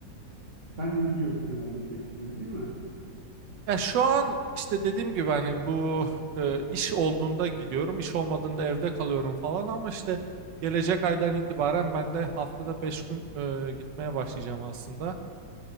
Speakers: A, on the right (about 25°); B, on the right (about 75°).
A: Sen de gidiyorsun herhalde beş gün değil mi?
B: Ya şu an işte dediğim gibi hani bu e, iş olduğunda gidiyorum, iş olmadığında evde kalıyorum falan ama işte gelecek aydan itibaren ben de haftada 5 gün e, gitmeye başlayacağım aslında.